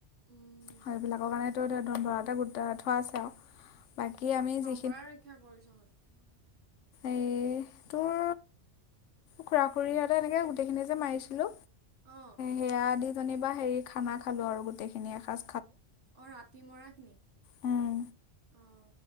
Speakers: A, on the right; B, on the left.
A: উম
B: হয় এইবিলাকৰ কাৰণে। <unintelligible> গোটাই থোৱা আছে আও বাকী আমি যি
A: পৰাই ৰক্ষা কৰিছ হত।
B: এই তোৰ খুৰা খুৰী হতে এনেকে গোটেইখিনি যে মাৰিছিলো
A: অঁ
B: সেয়া দি জনিবা হেৰি খানা খালো আৰু গোটেই খিনি এসাজ
A: অ' ৰাতি মৰাখিনি
B: উম
A: অ।